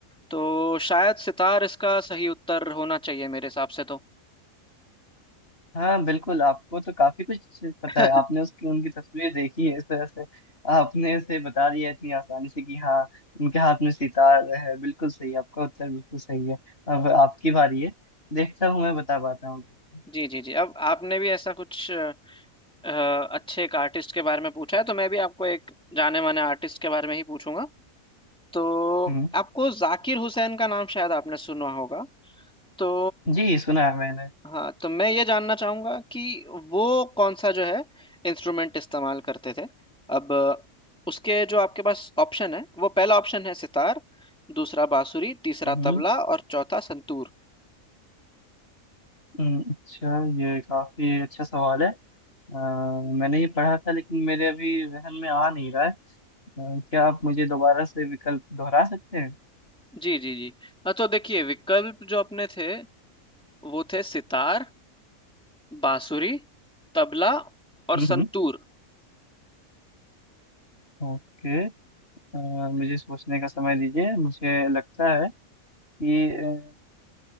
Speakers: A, in the centre; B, on the left.
A: तो शायद सितार इसका सही उत्तर होना चाहिए मेरे हिसाब से तो
B: हाँ बिल्कुल आपको तो काफी कुछ पता
A: <laughs>
B: है आपने उसकी उनकी तस्वीर देखी है इस वजह से आपने उसे बता दिया इतनी आसानी से कि हाँ उनके हाथ में सितार है बिल्कुल सही आपका उत्तर बिल्कुल सही है अब आपकी बारी है देखता हूँ मैं बता पाता हूँ कि नहीं।
A: जी जी जी अब आपने भी ऐसा कुछ अ, अच्छे एक आर्टिस्ट के बारे में पूछा है तो मैं भी आपको एक जाने माने आर्टिस्ट के बारे में ही पूछूंगा तो
B: हम्म
A: आपको जाकिर हुसैन का नाम शायद आपने सुना होगा तो
B: जी सुना है मैंने
A: हाँ तो मैं ये जानना चाहूंगा कि वो कौन सा जो है इंस्ट्रूमेंट इस्तेमाल करते थे अब अ, उसके जो आपके पास ऑप्शन है वो पहला ऑप्शन है सितार दूसरा बांसुरी तीसरा
B: हम्म
A: तबला और चौथा संतूर
B: हम्म, अच्छा ये काफी अच्छा सवाल है अ, मैंने ये पढ़ा था लेकिन मेरे अभी जहन में आ नहीं रहा है अ, क्या आप मुझे दोबारा से विकल्प दोहरा सकते हैं
A: जी जी जी हाँ तो देखिए विकल्प जो अपने थे वो थे सितार बांसुरी तबला और
B: हम्म
A: संतूर
B: हम्म, ओके अ, मुझे सोचने का समय दीजिए मुझे लगता है कि अ,